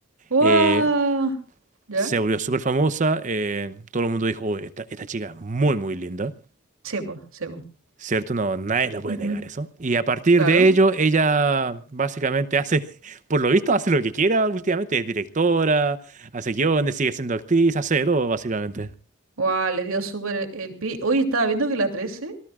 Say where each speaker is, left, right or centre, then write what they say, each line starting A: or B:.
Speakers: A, on the right; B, on the right.
A: ¡Guau!
B: Eh,
A: ¿Ya?
B: se volvió súper famosa, eh, todo el mundo dijo, "Oye, esta, esta chica es muy, muy linda,
A: sebo sebo
B: ¿cierto? No, nadie la puede
A: Ujú,
B: negar eso. Y a partir
A: Claro.
B: de ello, ella básicamente hace, <laughs> por lo visto, hace lo que quiera últimamente, es directora, hace guiones, sigue siendo actriz, hace de todo, básicamente.
A: wow Le dio súper el pie. Hoy estaba viendo que la 13